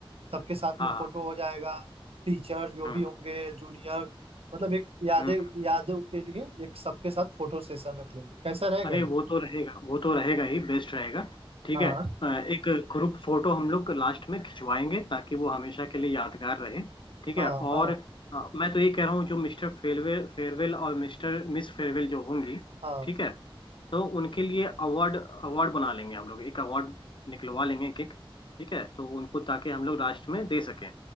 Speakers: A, on the right (about 85°); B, on the left (about 60°).
A: सबके साथ
B: हाँ
A: में
B: हाँ
A: फोटो हो जाएगा टीचर्स जो
B: हम्म
A: भी होंगे जूनियर मतलब एक यादें
B: हम्म
A: यादों के लिए एक सबके साथ फोटो सेशन रख लेंगे कैसा रहेगा
B: अरे
A: ये
B: वो तो रहेगा वो तो रहेगा ही बेस्ट रहेगा ठीक
A: हाँ
B: है अ, एक ग्रुप फोटो हम लोग लास्ट में खिंचवाएंगे ताकि वो हमेशा के लिए यादगार रहे ठीक
A: हाँ
B: है
A: हाँ
B: और अ, मैं तो ये कह रहा हूँ जो मिस्टर फेयरवेल फेयरवेल और मिस्टर मिस फेयरवेल जो होंगी
A: हाँ
B: ठीक है तो उनके लिए अवार्ड अवार्ड बना लेंगे हम लोग एक अवार्ड निकलवा लेंगे एक एक ठीक है तो उनको ताकि हम लोग लास्ट में दे सकें